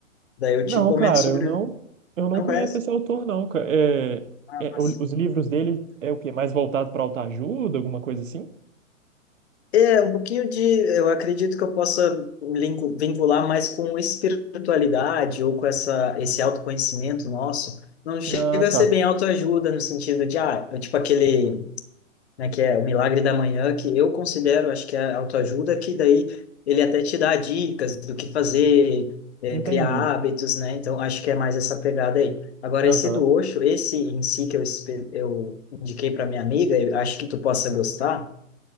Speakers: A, on the left (about 50°); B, on the right (about 70°).
A: daí eu
B: Não,
A: te comento
B: cara,
A: sobre.
B: eu não, eu não
A: Não
B: conheço
A: conhece?
B: esse autor, não, cara. É, é,
A: Nossa.
B: o- os livros dele é o quê? Mais voltado pra autoajuda, alguma coisa assim?
A: É, um pouquinho de. Eu acredito que eu possa lingu- vincular mais com espiritualidade ou com essa, esse autoconhecimento nosso. Não chega
B: Ah,
A: a
B: tá,
A: ser bem autoajuda no sentido de, ah, eu, tipo aquele, né, que é o Milagre da Manhã, que eu considero, acho que é autoajuda, que daí ele até te dá dicas do que fazer, eh,
B: entendi.
A: criar hábitos, né? Então, acho que é mais essa pegada aí. Agora,
B: Aham.
A: esse do Osho, esse em si que eu, espe- eu indiquei para minha amiga, eu acho que tu possa gostar.